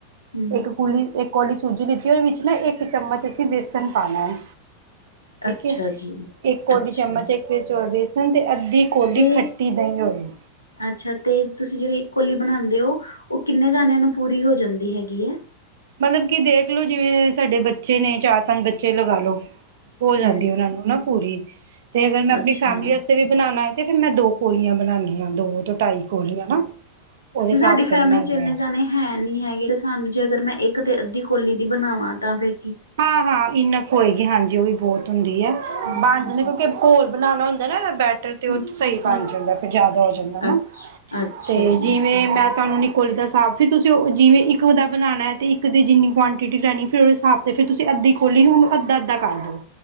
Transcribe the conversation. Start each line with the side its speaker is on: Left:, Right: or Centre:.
Left: ਹੂੰ
Right: ਇੱਕ ਕੁਲੀ ਇੱਕ ਵਾਲੀ ਸੂਜੀ ਲਿੱਤੀ ਉਹਦੇ ਵਿੱਚ ਨਾ ਇੱਕ ਚਮਚ ਅਸੀਂ ਬੇਸਨ ਪਾਣਾ ਹੈ। ਠੀਕ
Left: ਅੱਛਾ
Right: ਹੈ
Left: ਜੀ
Right: ਇੱਕ ਕੋਲੀ
Left: ਅੱਛਾ
Right: ਚਮਚ ਇੱਕ ਵਿੱਚ ਬੇਸਣ ਤੇ ਅੱਧੀ ਕੋਲੀ
Left: ਤੇ
Right: ਖੱਟੀ ਦਹੀਂ ਹੋਵੇ
Left: ਅੱਛਾ ਤੇ ਤੁਸੀਂ ਜਿਹੜੀ ਕੋਲੀ ਬਣਾਉਂਦੇ ਹੋ ਉਹ ਕਿੰਨੇ ਜਾਣਿਆਂ ਨੂੰ ਪੂਰੀ ਹੋ ਜਾਂਦੀ ਹੈਗੀ ਹੈ।
Right: ਮਤਲਬ ਕਿ ਦੇਖਲੋ ਜਿਵੇਂ ਸਾਡੇ ਬੱਚੇ ਨੇ ਚਾਰ ਪੰਜ ਬੱਚੇ ਲਗਾ ਲਓ ਹੋ ਜਾਂਦੀ
Left: ਹੂੰ
Right: ਉਹਨਾਂ ਨੂੰ ਨਾ ਪੂਰੀ ਤੇ ਅਗਰ ਮੈਂ
Left: ਅੱਛਾ
Right: ਆਪਣੀ ਫੈਮਿਲੀ ਵੀ ਬਣਾਉਣਾ ਹੈ ਤੇ ਫੇਰ ਮੈਂ ਦੋ ਕੋੋਲੀਆਂ ਬਣਾਦੀ ਹਾਂ ਦੋ ਤੋਂ ਢਾਈ ਕੋਲੀਆਂ ਨਾ ਉਹਦੇ ਹਿਸਾਬ
Left: ਸਾਡੀ
Right: ਤੇ
Left: ਫੈਮਿਲੀ
Right: ਬਣਾਉਂਦੇ
Left: ਚ ਇੰਨੇ
Right: ਹਾਂ
Left: ਜਾਣੇ ਹੈ ਨੀ ਹੈਗੇ ਤੇ ਸਾਨੂੰ ਜੇ ਅਗਰ ਮੈਂ ਇੱਕ ਤੇ ਅੱਧੀ ਕੋਲੀ ਦੀ ਬਣਾਵਾਂ ਤਾਂ ਫੇਰ
Right: ਹਾਂ ਹਾਂ ਇਨਫ ਹੋਏਗੀ ਹਾਂਜੀ ਉਹ ਵੀ ਬਹੁਤ ਹੁੰਦੀ ਹੈ
Left: ਹੂੰ,
Right: ਬਣ ਜਾਂਦੇ ਕਿਉਂਕਿ ਘੋਲ ਬਣਾਉਣਾ ਹੁੰਦਾ ਨਾ ਇਹ ਬੈ
Left: ਹੂੰ।
Right: ਸਹੀ ਬਣ ਜਾਂਦਾ ਫੇਰ ਜਿਆਦਾ ਹੋ ਜਾਂਦਾ ਨਾ
Left: ਅੱਛ ਅੱਛਾ
Right: ਤੇ
Left: ਜੀ,
Right: ਜਿਵੇਂ ਮੈਂ ਤੁਹਾਨੂੰ ਕੋਲੀ ਦਾ ਹਿਸਾਬ ਫਿਰ ਤੁਸੀਂ ਜਿਵੇਂ ਇੱਕ ਦਾ ਬਣਾਉਣਾ ਹੈ ਅਤੇ ਇੱਕ ਦੀ ਜਿੰਨੀ ਕੁਆਂਟਿਟੀ ਲੈਣੀ ਫਿਰ ਉਹਦੇ ਹਿਸਾਬ ਤੇ ਫਿਰ ਤੁਸੀਂ ਅੱਧੀ ਖੋਲੀ ਨਾ ਉਹਨੂੰ ਅੱਧਾ ਅੱਧਾ ਕਰ ਦੋ